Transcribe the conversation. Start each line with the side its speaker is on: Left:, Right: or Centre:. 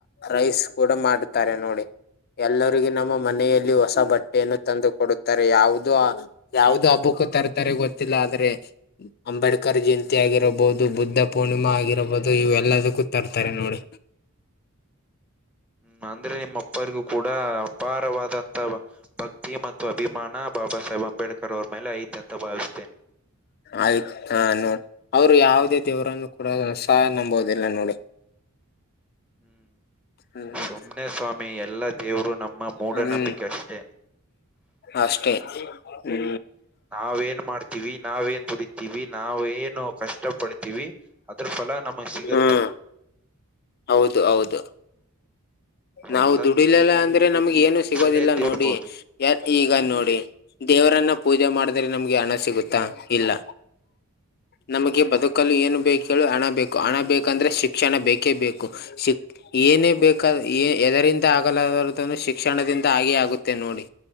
Left: ರೈಸ್ ಕೂಡ ಮಾಡುತ್ತಾರೆ ನೋಡಿ ಎಲ್ಲರಿಗೆ ನಮ್ಮ ಮನೆಯಲ್ಲಿ ಹೊಸ ಬಟ್ಟೆಯನ್ನು ತಂದು ಕೊಡುತ್ತಾರೆ ಯಾವ್ <unintelligible> ಯಾವ್ದ ಹಬ್ಬಕ್ಕೂ ತರ್ತಾರೆ ಗೊತ್ತಿಲ್ಲ ಆದ್ರೆ ಅಂಬೇಡ್ಕರ್ ಜಯಂತಿ ಆಗಿರಬಹುದು ಬುದ್ಧ ಪೂರ್ಣಿಮಾ ಆಗಿರಬಹುದು ಇವೆಲ್ಲದಕ್ಕೂ ತರ್ತಾರೆ ನೋಡಿ.
Centre: ಹ್ಮ್ ಅಂದ್ರೆ ನಿಮ್ಮ ಅಪ್ಪರಿಗೂ ಕೂಡ ಅಪಾರವಾದಂತ ಭಕ್ತಿ ಮ ಅಭಿಮಾನ ಬಾಬಾ ಸಾಹೇಬ್ ಅಂಬೇಡ್ಕರ್ ಅವ್ರ ಮೇಲೆ ಐತೆ ಅಂತ ಭಾವಿಸ್ತೇನೆ.
Left: ಆಯ್ತ್ ಹಾ ನೋಡ್ ಅವರು ಯಾವುದೇ ದೇವರನ್ನು ಕೂಡ <unintelligible> ನಂಬುವುದಿಲ್ಲ ನೋಡಿ.
Centre: ಹ್ಮ್
Left: ಹ್ಮ್
Centre: ಸುಮ್ಮನೆೇ ಸ್ವಾಮಿ ಎಲ್ಲಾ ದೇವರು ನಮ್ಮ ಮೂಢನಂಬಿಕೆ
Left: ಹ್ಮ್
Centre: ಅಷ್ಟೇ.
Left: ಅಷ್ಟೇ ಹ್ಮ್
Centre: ನಾವ್ ಏನ್ ಮಾಡ್ತೀವಿ ನಾವ ಎನ್ ದುಡಿತೀವಿ ನಾವ್ ಏನು ಕಷ್ಟ ಪಡ್ತೀವಿ ಅದ್ರ ಫಲ ನಮಗ್ ಸಿಗತ್ತೆ.
Left: ಹ್ಮ್ ಹೌದು ಹೌದು ನಾವು
Centre: ಒಂದೊಂದ್
Left: ದುಡಿಲಲ್ಲ ಅಂದ್ರೆ ನಮ್ಗೆ ಏನು ಸಿಗೋದಿಲ್ಲ
Centre: ಸಲ ಎದ್ದಿರ್ಬೋದು
Left: ನೋಡಿ ಯ ಈಗ ನೋಡಿ ದೇವರನ್ನ ಪೂಜೆ ಮಾಡಿದ್ರೆ ನಮ್ಗೆ ಹಣ ಸಿಗುತ್ತಾ ಇಲ್ಲ. ನಮಗೆ ಬದುಕಲು ಏನು ಬೇಕು ಹೇಳೋ ಹಣ ಬೇಕು ಹಣ ಬೇಕಂದರೆ ಶಿಕ್ಷಣ ಬೇಕೇ ಬೇಕು ಶಿಕ್ ಏನೇ ಬೇಕಾದ ಎದರಿಂದ ಆಗಲಾರದನ್ನು ಶಿಕ್ಷಣದಿಂದ ಆಗೇ ಆಗುತ್ತೆ ನೋಡಿ.